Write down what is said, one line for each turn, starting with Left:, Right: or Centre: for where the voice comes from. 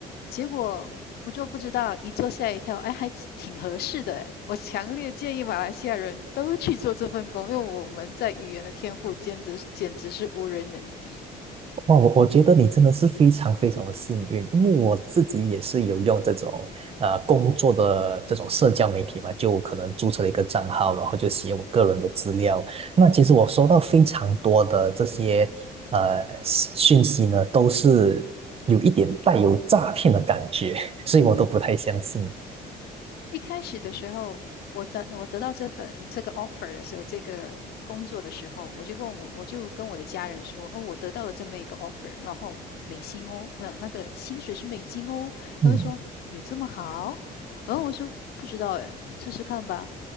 Left: 结果不做不知道，一做吓一跳，哎，还挺合适的哎。我强烈建议马来西亚人都去做这份工，因为我们在语言的天赋简直简直是无人能敌。
Right: 哇，我我觉得你真的是非常非常的幸运，因为我自己也是有用这种呃工作的这种社交媒体嘛，就可能注册了一个账号，然后就写我个人的资料。那其实我收到非常多的这些呃讯息呢，都是有一点带有诈骗的感觉，<laughs> 所以我都不太相信。
Left: 嗯，一开始的时候，我得我得到这份这个 offer 的时候，这个工作的时候，我就跟我我就跟我的家人说，哦，我得到了这么一个 offer，然后美金哦，那那个薪水是美金哦，
Right: 嗯
Left: 他们说有这么好？然后我说不知道哎，试试看吧。